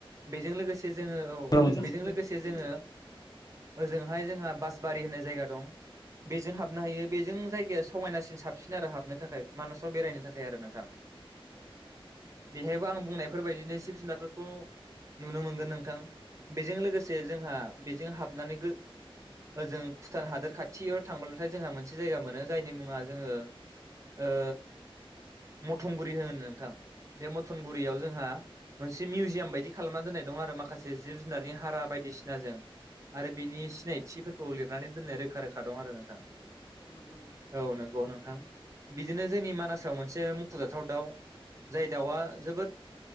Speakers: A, on the right; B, on the left.
A: बेजों लोगोसे जोंङो औ
B: नंगौ नामा नोंथां
A: बेजों लोगोसे जोंङो ओजोंहाय जोंहा बासबारि होननाय जायगा दं। बेजों हाबनो हायो बेजों जायगाया समायनासिन साबसिन आरो हाबनो थाखाय मानासाव बेरायनो थाखाय आरो नोंथां बेहायबो आं बुंनायफोरबायदिनो जुनारफोरखौ नुनो मोनगोन नोंथां बेजों लोगोसे जोंहा बेजों हाबनानै ओ जों भुटान हादोर खाथि खाथियाव थांब्लाथाय जोंहा मोनसे जायगा मोनो जायनि मुङा जोंङो ओ मथंगुरि होनो नोंथां। बे मथनगुरियाव जोंहा मोनसे मिउजियाम बायदि खालामना दोननाय दं आरो माखासे जिब जुनारनि हारा बायदिसिनाजों आरो बिनि सिनायथिफोरखौ लिरनानै दोननाय रोखा रोखा आरो नोंथां औ नंगौ नोंथां बिदिनो जोंनि मानासाव मोनसे मुख'जाथाव दाउ जाय दाउआ जोबोद